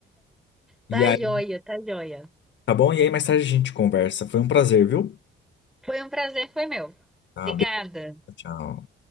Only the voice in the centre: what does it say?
Tá
joia, tá joia.
Foi um prazer, foi meu.
Obrigada.